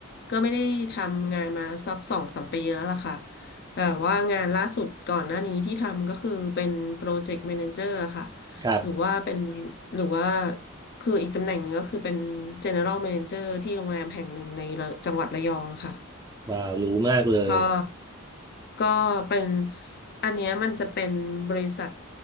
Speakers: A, on the left; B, on the right.
A: ก็ไม่ได้ทำงานมาสักสองสามปีแล้วล่ะค่ะแต่ว่างานล่าสุดก่อนหน้านี้ที่ทำก็คือเป็นโปรเจกต์แมเนเจอร์ค่ะ
B: ครับ
A: หรือว่าเป็นหรือว่าคืออีกตำแหน่งหนึ่งก็คือเป็น General Manager ที่โรงแรมแห่งหนึ่งในระจังหวัดระยองค่ะ
B: ว้าวรู้มากเลย
A: ก็ก็เป็นอันเนี้ยมันจะเป็นบริษัท